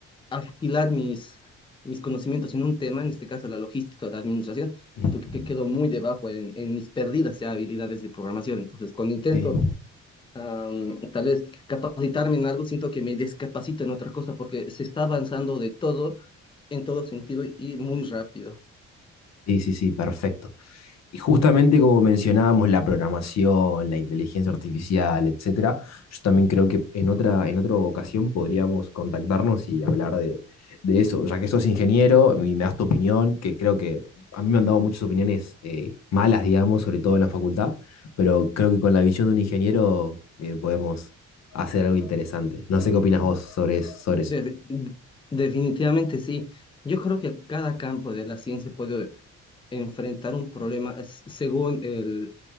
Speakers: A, on the left (about 15°); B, on the left (about 60°).
A: afilar mis, mis conocimientos en un tema, en este caso la logística o la administración,
B: Mm,
A: aunque que quedo muy debajo en, en mis perdidas ya habilidades de programación. Entonces, cuando intento
B: Sí.
A: am, tal vez capacitarme en algo, siento que me descapacito en otra cosa porque se está avanzando de todo, en todo sentido y y muy rápido.
B: Sí, sí, sí, perfecto. Y justamente como mencionábamos la programación, la inteligencia artificial, etcétera, yo también creo que en otra, en otra ocasión podríamos contactarnos y hablar de, de eso, ya que sos ingeniero y me das tu opinión, que creo que a mí me han dado muchas opiniones eh, malas, digamos, sobre todo en la facultad, pero creo que con la visión de un ingeniero eh, podemos hacer algo interesante. No sé qué opinas vos sobre, es- sobre eso.
A: Def- definitivamente sí. Yo creo que cada campo de la ciencia puede enfrentar un problema s- según el,